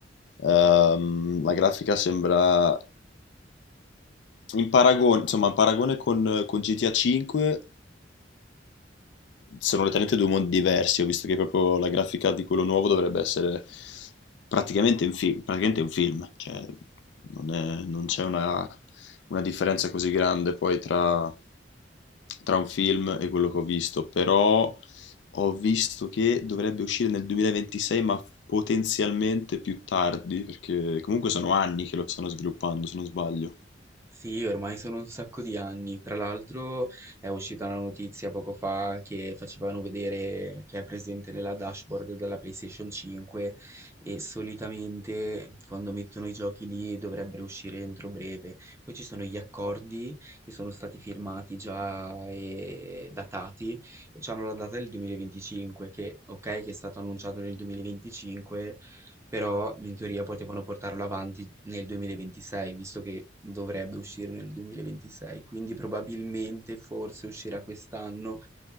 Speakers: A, on the left (about 70°); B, on the right (about 15°).
A: Ehm, la grafica sembra in paragone, insomma, in paragone con, con GTA 5 sono letteralmente due mondi diversi. Ho visto che proprio la grafica di quello nuovo dovrebbe essere praticamente, un fi- praticamente un film, cioè non è- non c'è una, una differenza così grande poi tra, tra un film e quello che ho visto, però ho visto che dovrebbe uscire nel 2026, ma potenzialmente più tardi, perché comunque sono anni che lo stanno sviluppando, se non sbaglio.
B: Sì, ormai sono un sacco di anni. Tra l'altro è uscita la notizia poco fa che facevano vedere che è presente nella dashboard della PlayStation 5 e solitamente quando mettono i giochi lì dovrebbero uscire entro breve. Poi ci sono gli accordi che sono stati firmati già e datati e hanno la data del 2025 che ok che è stato annunciato nel 2025 però in teoria potevano portarlo avanti nel 2026, visto che dovrebbe uscire nel 2026, quindi probabilmente forse uscirà quest'anno